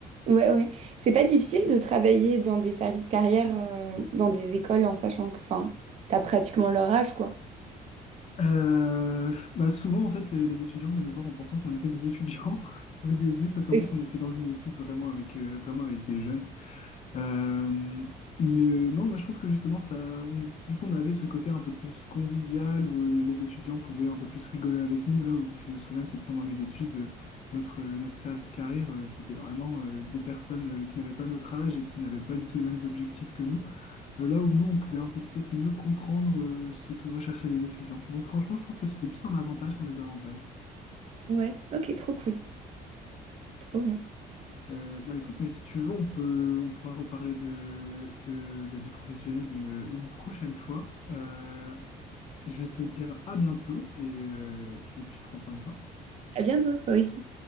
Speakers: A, on the right; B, on the left.
A: Ouais, ouais. C'est pas difficile de travailler dans des services carrières, euh, dans des écoles, en sachant que, enfin, t'as pratiquement leur âge, quoi.
B: Euh, bah souvent, en fait, les, les étudiants venaient nous voir en pensant qu'on était des étudiants <laughs> au début, parce qu'en
A: Ok.
B: plus, on était dans une équipe vraiment avec, euh, vraiment avec des jeunes. Euh, mais euh, non, moi, je trouve que justement, ça, on- du coup, on avait ce côté un peu plus convivial où euh, les, les étudiants pouvaient un peu plus rigoler avec nous. Là où je me souviens que pendant mes études, euh, notre, euh, notre service carrière, euh, c'était vraiment euh, des personnes euh, qui n'avaient pas notre âge et qui n'avaient pas du tout les mêmes objectifs que nous euh, là où nous, on pouvait un peu peut-être mieux comprendre euh, ce que recherchaient les étudiants. Donc franchement, je trouve que c'était plus un avantage qu'un désavantage.
A: Ouais, ok, trop cool, trop bien.
B: Euh, bah écoute, mais si tu veux, on peut, on pourra reparler de, de, de vie professionnelle une, une prochaine fois. Euh, je vais te dire à bientôt et, euh, et puis prends soin de toi.
A: À bientôt, toi aussi.